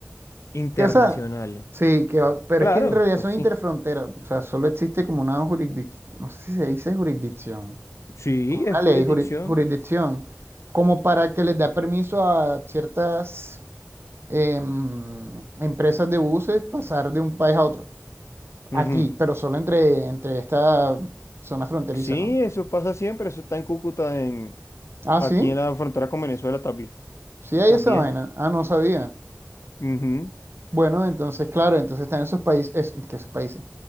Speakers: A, on the left (about 75°); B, on the right (about 55°).
A: Internacional.
B: que, o sea, sí, que, o- pero
A: Claro,
B: es que en realidad
A: pues
B: son
A: sí.
B: interfronteras. O sea, solo existe como una jurisdicción, no sé si se dice jurisdicción,
A: Sí,
B: como
A: es
B: una
A: jurisdicción.
B: ley, juri- jurisdicción, como para que les da permiso a ciertas em, empresas de buses pasar de un país a otro.
A: Ujú.
B: Aquí, pero solo entre, entre esta zona fronteriza,
A: Sí,
B: ¿no?
A: eso pasa siempre, eso está en Cúcuta, en,
B: Ah,
A: aquí
B: sí,
A: en la frontera con Venezuela también.
B: sí hay
A: También.
B: esa vaina. Ah, no sabía.
A: Ujú.
B: Bueno, entonces, claro, entonces están esos países, es, que esos países,